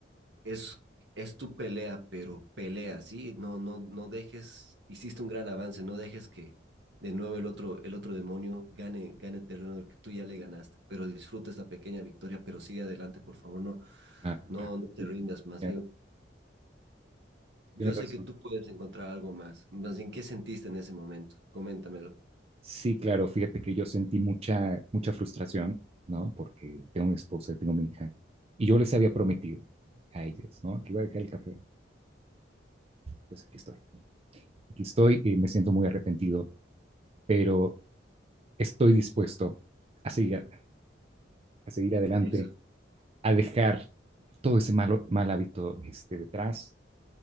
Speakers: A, on the right; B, on the right.
A: es, es tu pelea, pero pelea, ¿sí? No, no, no dejes, hiciste un gran avance, no dejes que de nuevo el otro, el otro demonio gane, gane terreno del que tú ya le ganaste, pero disfruta esta pequeña victoria, pero sigue adelante, por favor, no,
B: claro,
A: no,
B: claro,
A: no te
B: sí,
A: rindas,
B: sí.
A: más
B: Tiene
A: bien
B: ra-
A: Yo
B: tiene razón.
A: sé que tú puedes encontrar algo más. Más bien, ¿qué sentiste en ese momento? Coméntamelo.
B: Sí, claro, fíjate que yo sentí mucha, mucha frustración, ¿no? Porque tengo mi esposa, tengo mi hija, y yo les había prometido a ellas, ¿no? Que iba a dejar el café pues aquí estoy. Aquí estoy y me siento muy arrepentido, pero estoy dispuesto a seguir, a seguir adelante,
A: Eso.
B: a dejar todo ese malo, mal hábito este, detrás,